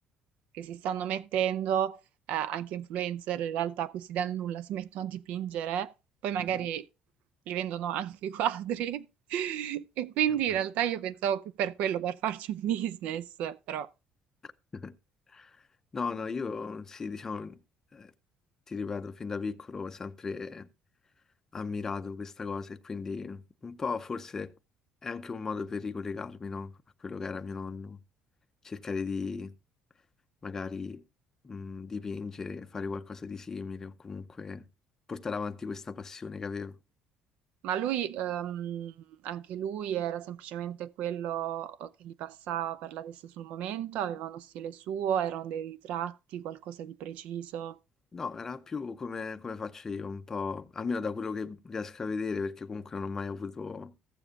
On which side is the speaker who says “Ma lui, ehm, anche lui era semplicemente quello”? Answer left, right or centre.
Right